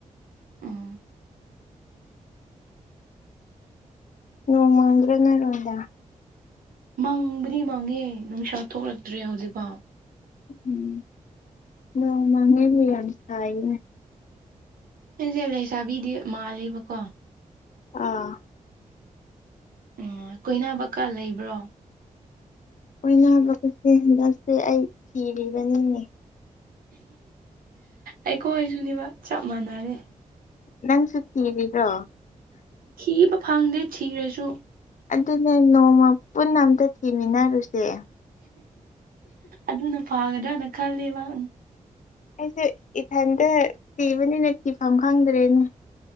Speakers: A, on the right (about 85°); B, on the left (about 60°).
A: ꯎꯝ
B: ꯅꯣꯡꯃꯪꯗ꯭ꯔꯣ ꯅꯣꯏꯔꯣꯝꯗ
A: ꯃꯪꯕꯨꯗꯤ ꯃꯪꯉꯦ ꯅꯨꯡꯁꯥ ꯊꯣꯛꯂꯛꯇ꯭ꯔꯦ ꯍꯧꯖꯤꯛꯐꯥꯎ
B: ꯎꯝ ꯅꯣꯡ ꯃꯪꯉꯦꯅꯦ ꯌꯥꯝ ꯁꯥꯏꯅꯦ
A: ꯑꯩꯁꯦ ꯂꯩꯁꯥꯕꯤꯗꯤ ꯃꯥꯜꯂꯤꯕꯀꯣ
B: ꯑꯥ
A: ꯎ ꯀꯣꯏꯅꯥꯕꯀꯥ ꯂꯩꯕ꯭ꯔꯣ
B: ꯑꯣꯏꯅꯕꯒꯁꯦ ꯍꯟꯗꯛꯁꯦ ꯑꯩ ꯊꯤꯔꯤꯕꯅꯤꯅꯦ
A: ꯑꯩꯈꯣꯏꯁꯨꯅꯦꯕ ꯆꯞ ꯃꯥꯟꯅꯔꯦ
B: ꯅꯪꯁꯨ ꯀꯤꯔꯤꯕ꯭ꯔꯣ
A: ꯀꯤꯕ ꯐꯪꯗ꯭ꯔꯦ ꯊꯤꯈ꯭ꯔꯁꯨ
B: ꯑꯗꯨꯅꯦ ꯅꯣꯡꯃ ꯄꯨꯟꯅ ꯑꯝꯇ ꯊꯤꯃꯤꯟꯅꯔꯨꯁꯦ
A: ꯑꯗꯨꯅ ꯐꯥꯒꯗ꯭ꯔꯅ ꯈꯜꯂꯤꯕ
B: ꯑꯩꯁꯨ ꯏꯊꯟꯇ ꯊꯤꯕꯅꯤꯅꯦ ꯊꯤꯐꯝ ꯈꯪꯗ꯭ꯔꯦꯅꯦ